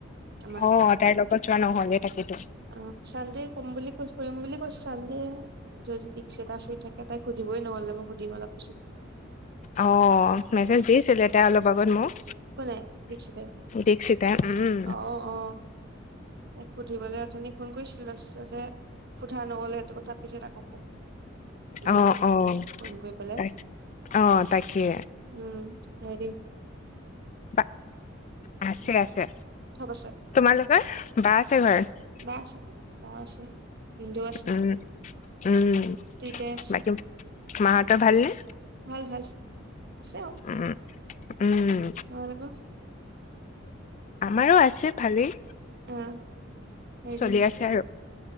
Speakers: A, on the right; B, on the left.
A: আমাৰ
B: অ, তাইৰ লগত যোৱা নহলে তাকেতো।
A: অ চানডে কম বুলি কৈ কৰিম বুলি কৈছো চানডে যদি দিকছ টা শুই থাকে তাক সুধিবই নহ'লে মোক সুধিম অলপিছত।
B: অ, মেছেজ দিছিল এ তাই অলপ আগত মোক।
A: কোনে দিকচতে
B: দীক্ষিতাই উম
A: অ অ সুধিবলৈ অথনী ফোন কৰিছিলে তাৰপিছতে যে সোধা নগলে, সেইটো কথা পিছত আকৌ কম। সুধিম
B: অ, অ
A: ফোন কৰি পেলাই
B: তাক অ তাকে
A: উম, হয় দে
B: বা আছে আছে
A: চব আছে
B: তোমালোকৰ বা আছে ঘৰত।
A: বা আছে বা ভিনদৌ আছে।
B: উম। উম
A: দুইটাই আছে
B: বাকী মাহঁতৰ ভালনে?
A: ভাল ভাল আছে আৰু
B: উম উম
A: তোমালোকৰ?
B: আমাৰো আছে ভালেই।
A: অ'। হেৰি
B: চলি আছে আৰু।